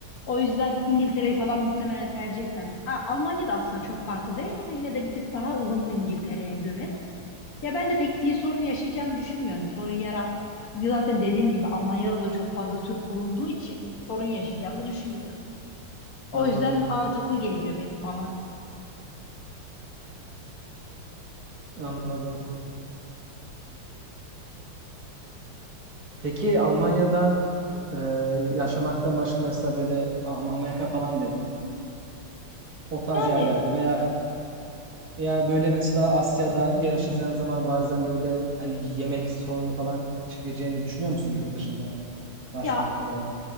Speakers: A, on the left; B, on the right.
A: O yüzden İngiltere'yi falan muhtemelen tercih etmem. A- Almanya da aslında çok farklı değil ama yine de bir tık daha ılımlı İngiltere'ye göre. Ya ben de pek dil sorunu yaşayacağımı düşünmüyorum. Sorun yaratmaz. Zaten dediğim gibi Almanya'da da çok fazla Türk bulunduğu için sorun yaşayacağımı düşünmüyorum. O
B: Anladım,
A: yüzden mantıklı geliyor be- bana.
B: anladım. Peki Almanya'da e, yaşamaktan başka mesela böyle Am- Amerika falan dedi. O tarz
A: Yani
B: yerlerde veya veya böyle mesela Asya'da yaşayacağın zaman bazen böyle hani yemek sorunu falan çekeceğini düşünüyor musun yurt dışında başka
A: ya
B: ülkelerde?